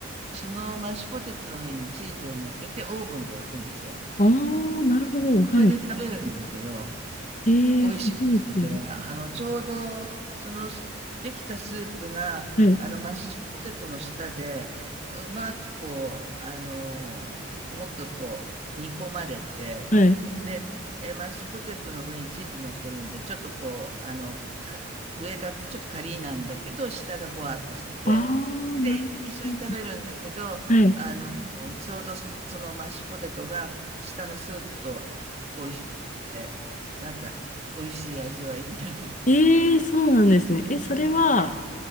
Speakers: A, on the right (about 30°); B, on the left (about 40°).
A: そのマッシュポテトの上にチーズを乗っけてオーブンで焼くんですよ。
B: ああ、なるほど。はい。
A: それで食べるんですけど、
B: ええー、
A: 美味しいんですよ、
B: 初めて。
A: それが。あの、ちょうど、その、できたスープが、
B: はい。
A: あの、マッシュポテトの下で、うまくこう、あの、もっとこう、煮込まれて、
B: はい。
A: で、え、マッシュポテトの上にチーズ乗っけるので、ちょっとこう、あの、か、上がちょっとカリーなんだけど、下がほわっとしてて、
B: ああ、なるほど。
A: で、一緒に食べるんだけど、
B: はい。
A: あの、ちょうどそのマッシュポテトが、下のスープと、こう、一緒で、なんか、美味しい味わいになるっていう。
B: ええー、そうなんですね。え、それは、
A: ええ
B: あ